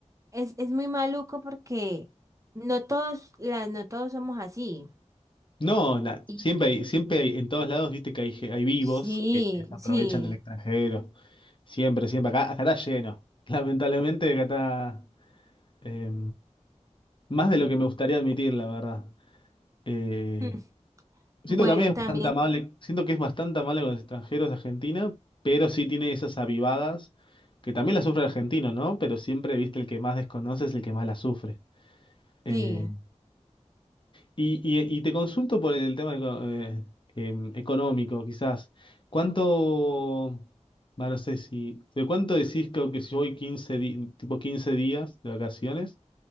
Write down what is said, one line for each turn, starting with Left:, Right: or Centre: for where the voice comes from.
Right: es, es muy maluco porque no todos, la, no todos somos así.
Left: No, na-
Right: Y
Left: siempre hay, siempre hay- en todos lados, viste que hay, ge- hay vivos
Right: sí,
Left: que se aprovechan
Right: sí.
Left: del extranjero.
Right: <laughs>
Left: Siempre, siempre. Acá, acá está lleno. <laughs> Lamentablemente acá está eh, más de lo que me gustaría admitir, la verdad. Eh,
Right: Mm.
Left: siento
Right: Bueno,
Left: también es
Right: también,
Left: bastante amable, siento que es bastante amable con los extranjeros de Argentina, pero sí tiene esas avivadas que también las sufre el argentino, ¿no? Pero siempre, viste, el que más desconoce es el que más las sufre. Eh,
Right: sí.
Left: Y, y- y te consulto por el tema eco- eh, em, económico, quizás. ¿Cuánto, va, no sé si, de cuánto decís que, que si voy quince di- tipo 15 días de vacaciones,